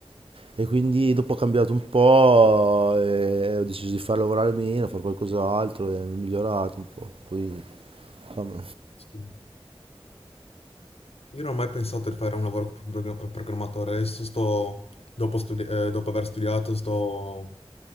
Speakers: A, on the right (about 65°); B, on the left (about 85°).
A: E quindi dopo ho cambiato un po', e ho deciso di far lavorare meno, fare qualcos'altro e mi ho migliorato un po'. Poi, insomma,
B: Sì. Io non ho mai pensato di fare un lavoro come prog- programmatore, adesso sto, dopo, studi- eh, dopo aver studiato, sto,